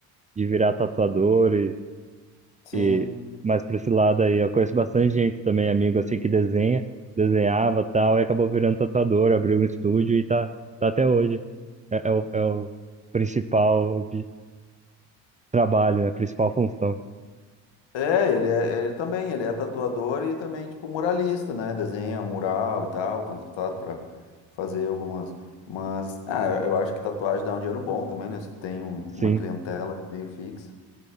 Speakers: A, on the right (about 15°); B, on the left (about 70°).
A: de virar tatuador e,
B: Sim.
A: e mais para esse lado aí. Eu conheço bastante gente também, amigo, assim, que desenha, desenhava e tal, e acabou virando tatuador, abriu um estúdio e tá, tá até hoje. É, é o, é o principal Trabalho, é a principal função.
B: É, ele é, ele também, ele é tatuador e também, tipo, muralista, né? Desenha mural e tal, contratado para fazer algumas. Mas, ah, eu acho que tatuagem dá um dinheiro bom também, né? Se tu tem um- uma
A: Sim,
B: clientela meio fixa.